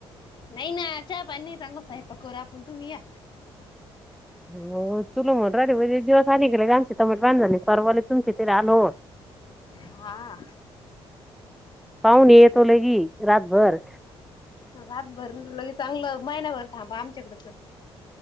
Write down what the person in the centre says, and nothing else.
हो तुला म्हणून राहीले म्हजे एकदिवस आली गेलेआमची तंबाटी झाली. परवलीतून तिथे आलो.
पाऊन येतो लगी रातभर.